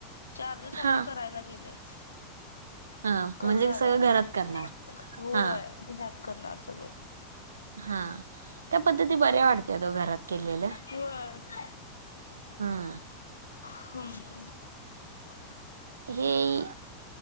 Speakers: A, on the left (about 85°); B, on the right (about 80°).
A: चार्जस
B: हा
A: आधी करायला गेलेस.
B: हा
A: करू
B: म्हणजे
A: लागायला
B: सगळं घरात करणार.
A: होय.
B: हा
A: त्याच करणार सगळं.
B: हा त्या पद्धती बऱ्या वाटत तो घरात केलेल्या.
A: होय.
B: हा.
A: हम
B: हे